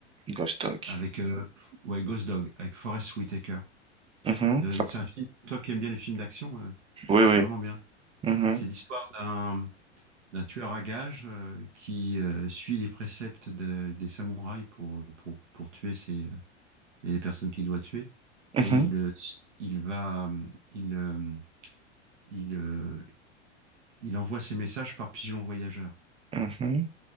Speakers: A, on the right; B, on the right.
A: Ghost Dog.
B: avec euh, ouais Ghost Dog avec Forest Whitaker.
A: Mhm,
B: De-
A: ça-
B: C'est un film. Toi qui aimes bien les films d'action, euh,
A: Oui,
B: c'est
A: oui.
B: vraiment bien.
A: Mhm,
B: C'est l'histoire d'un d'un tueur à gages euh, qui euh, suit les préceptes de- des samouraïs pour pour pour tuer ses, euh, les personnes qu'il doit tuer
A: mhm,
B: et il euh, il va euh, il euh, il euh, il envoie ses messages par pigeon voyageur.
A: mhm.